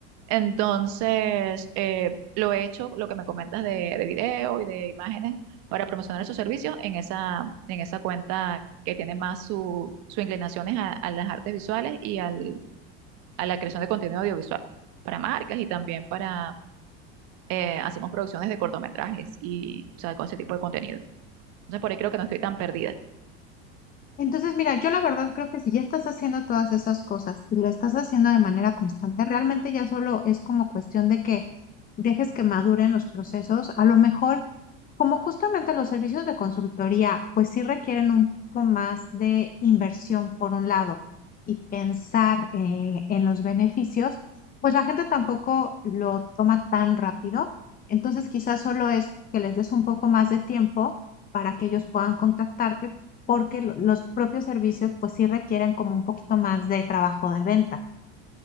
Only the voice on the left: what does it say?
Entonces, mira, yo la verdad creo que si ya estás haciendo todas esas cosas y lo estás haciendo de manera constante, realmente ya solo es como cuestión de que dejes que maduren los procesos. A lo mejor, como justamente los servicios de consultoría, pues sí requieren un poco más de inversión por un lado y pensar eh, en los beneficios, pues la gente tampoco lo toma tan rápido. Entonces, quizás solo es que les des un poco más de tiempo para que ellos puedan contactarte porque lo- los propios servicios pues sí requieren como un poquito más de trabajo de venta.